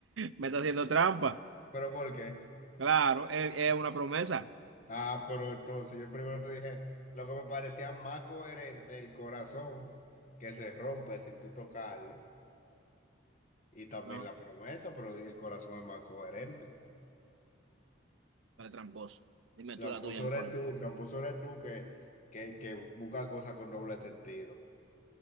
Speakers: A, on the right; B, on the left.
A: Me estás haciendo trampa.
B: ¿Pero por qué?
A: Claro, es, es una promesa.
B: Ah, pero entonces yo primero te dije lo que me parecía más coherente, el corazón que se rompe sin tú tocarlo y también
A: No,
B: la promesa, pero di- el corazón es más coherente.
A: para tramposo. Dime
B: Tramposo
A: tú la tuya mejor.
B: eres tú, tramposo eres tú que, que, que busca cosas con doble sentido.